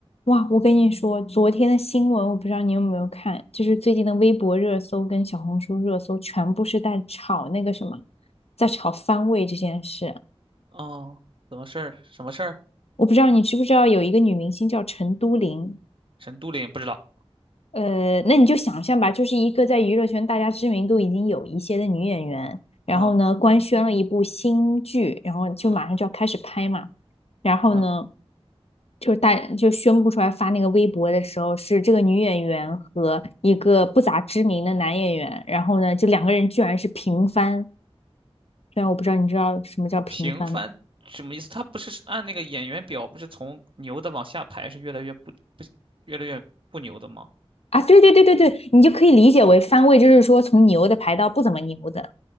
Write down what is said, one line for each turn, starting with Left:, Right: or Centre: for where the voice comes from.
Left: 哇，我跟你说，昨天的新闻我不知道你有没有看，就是最近的微博热搜跟小红书热搜全部是在炒那个什么，在炒番位这件事。
Right: 哦，怎么事儿？什么事儿？
Left: 我不知道你知不知道有一个女明星叫陈都灵，
Right: 陈都灵不知道。
Left: 呃，那你就想象吧，就是一个在娱乐圈大家知名度已经有一些的女演员，然后呢官宣了一部新剧，
Right: 嗯
Left: 然后就马上就要开始拍嘛，
Right: 嗯
Left: 然后呢。
Right: 嗯，
Left: 就是大就宣布出来发那个微博的时候，是这个女演员和一个不咋知名的男演员，然后呢，就两个人居然是平番。虽然我不知道你知道什么叫平番吗？
Right: 平凡什么意思？他不是按那个演员表，不是从牛的往下排，是越来越不不越来越不牛的吗？
Left: 啊，对对对对对，你就可以理解为番位，就是说从牛的排到不怎么牛的。